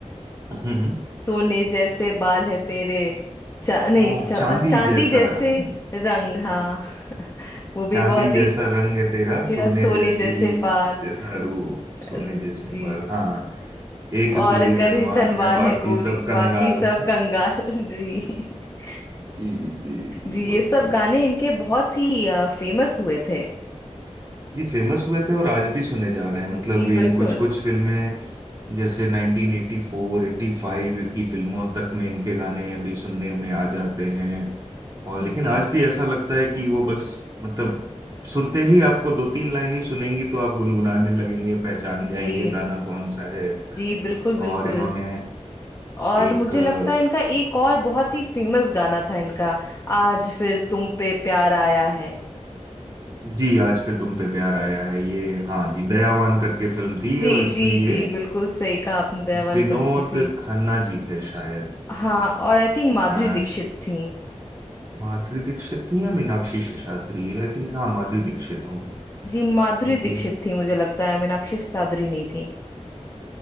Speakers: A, on the right; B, on the left.
A: हम्म हम्म,
B: सोने जैसे बाल है तेरे चा, नहीं
A: हाँ
B: चा,
A: चांदी
B: चांदी
A: जैसा
B: जैसे
A: रंग
B: रंग हाँ <laughs> वो भी
A: चांदी
B: बहुत
A: जैसा
B: ही
A: रंग है तेरा
B: तेरा
A: सोने
B: सोने
A: जैसी
B: जैसे बाल
A: जैसा रूप
B: अ,
A: सोने जैसे
B: जी
A: माल हाँ एक
B: और
A: तू ही धनवान
B: करे धनवान
A: है बाकी
B: है गोरी
A: सब कंगाल
B: बाकी सब कंगाल <laughs> जी <laughs>
A: जी जी जी
B: जी
A: बहुत
B: ये सब गाने इनके बहुत ही फेमस हुए थे
A: जी फेमस हुए थे और आज भी सुने जा रहे हैं मतलब
B: जी
A: ये
B: बिल्कुल
A: कुछ कुछ फिल्में जैसे 1984 85 की फिल्मों तक में इनके गाने अभी सुनने में आ जाते हैं और लेकिन
B: जी
A: आज भी ऐसा लगता है कि वो बस मतलब सुनते ही आपको दो तीन लाइन ही सुनेंगी तो आप गुनगुनाने लगेंगे पहचान जाएंगे
B: जी
A: गाना कौन सा है
B: जी बिल्कुल बिल्कुल
A: और इन्होंने
B: और
A: एक
B: मुझे
A: अ,
B: लगता है इनका एक और बहुत ही फेमस गाना था इनका आज फिर तुम पे प्यार आया है
A: जी आज फिर तुम पे प्यार आया है ये
B: जी
A: हाँ जी दयावान करके फिल्म थी
B: जी
A: ये और इसमें
B: जी
A: ये
B: जी बिल्कुल सही कहा आपने दयावान
A: विनोद
B: फिल्म के थे
A: खन्ना जी थे शायद
B: हाँ और आई थिंक माधुरी
A: आज
B: दीक्षित थी
A: माधुरी दीक्षित थी या मीनाक्षी शेषाद्री आई थिंक हाँ माधुरी दीक्षित होंगी
B: जी माधुरी
A: क्योंकि
B: दीक्षित थी मुझे लगता है मीनाक्षी सादरी नहीं थी